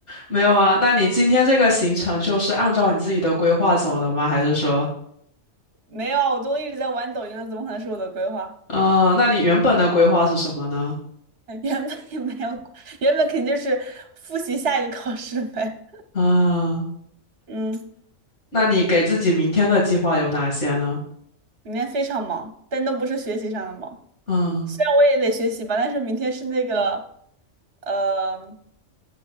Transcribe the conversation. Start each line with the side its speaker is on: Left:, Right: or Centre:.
Left: 没有啊。那你今天这个行程就是按照你自己的规划走的吗？还是说，
Right: 没有啊，我都一直在玩抖音了，怎么可能是我的规划？
Left: 嗯，那你原本的规划是什么呢？
Right: <laughs> 原本也没有原本肯定就是复习下一个考试呗。
Left: 嗯，
Right: <laughs> 嗯，
Left: 那你给自己明天的计划有哪些呢？
Right: 明天非常忙，但都不是学习上的忙。
Left: 嗯
Right: 虽然我也得学习吧，但是明天是那个，呃，